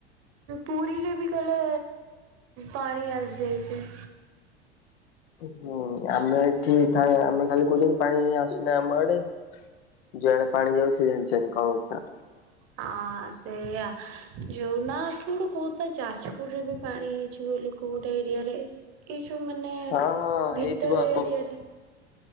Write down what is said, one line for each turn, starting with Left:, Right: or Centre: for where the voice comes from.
Right: ପୁରୀରେ ବି କାଳେ ପାଣି ଆସିଯାଇଛି।
Left: ହୁଁ ଆମେ ଏଠି ଥାଏ ଆମେ ଖାଲି କହୁଛନ୍ତି ପାଣି ଆସୁନା ଆମ ଆଡେ ଯୁଆଡେ ପାଣି ଯାଉ ସେ ଜାଣିଛନ୍ତି କଣ?
Right: ହଁ ସେଇଆ ଯୋଉନା କି ଗୋଟେ କହୁଥିଲା ଯାଜପୁରରେ ବି ପାଣି ହେଇଯିବ ଲୋକ ଗୋଟେ ଏରିଆରେ ଏଇ ଯୋଉ ମାନେ
Left: ହଁ ହଁ ହେଇଥିବ
Right: ଭିତର
Left: ପୋ
Right: ଏରିଆରେ